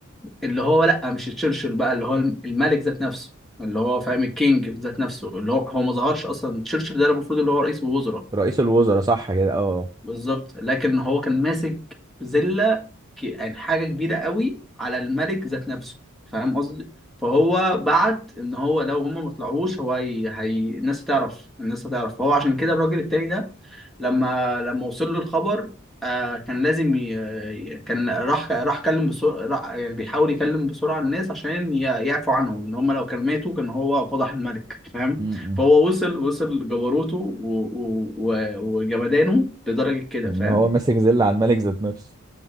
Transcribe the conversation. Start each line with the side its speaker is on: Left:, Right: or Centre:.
Centre: اللي هو لا مش تشرشل بقى اللي هو الملك ذات نفسه اللي هو فاهم الكينج ذات نفسه اللي هو هو ما ظهرش اصلا تشرشل ده المفروض اللي هو رئيس الوزراء
Right: رئيس الوزراء صح كده اه
Centre: بالظبط لكن هو كان ماسك زلة ك- يعني حاجة كبيرة قوي على الملك ذات نفسه فاهم قصدي فهو بعت ان هو لو هما ما طلعوش هو هي... هي... الناس هتعرف الناس هتعرف فهو عشان كده الراجل التاني ده لما لما وصل له الخبر آه كان لازم ي... ي- كان راح راح كلم بسرعة يعني بيحاول يكلم بسرعة الناس عشان ي... يعفوا عنهم ان هم لو كان ماتوا كان هو فضح الملك فاهم
Right: امم
Centre: فهو وصل وصل جبروته و... و... و... وجمدانه لدرجة كده
Right: ان
Centre: فاهم
Right: هو ماسك زل على الملك ذات نفسه